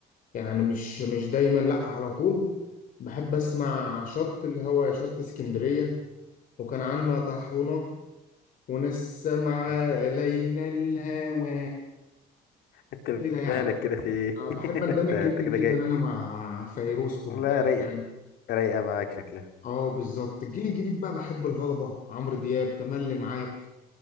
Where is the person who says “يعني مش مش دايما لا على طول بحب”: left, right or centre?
Left